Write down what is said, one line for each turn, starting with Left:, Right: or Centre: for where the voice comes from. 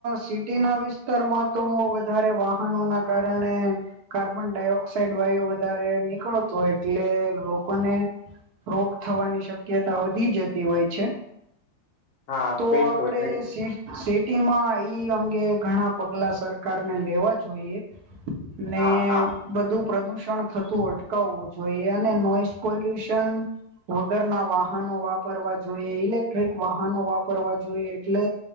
Right: સિટીના વિસ્તારમાં તો વધારે વાહનો ના કારણે કાર્બન ડાયોક્સાઇડ વાયુ વધારે નીકળતો હોય એટલે લોકોને રોગ થવાની શક્યતા વધી જતી હોય છે.
Left: હા
Right: તો
Left: બિલકુલ
Right: આપડે
Left: બિલકુલ
Right: સી સિટી માં ઈ અંગે ઘણા પગલા સરકાર ને લેવા જોઈએ ને
Left: હા હા
Right: બધું પ્રદુષણ થતું અટકાવવું જોઈએ અને નોઈસ પોલ્યુશન વગરના વાહનો વાપરવા જોઈએ ઇલેક્ટ્રિક વાહનો વાપરવા જોઈએ એટલે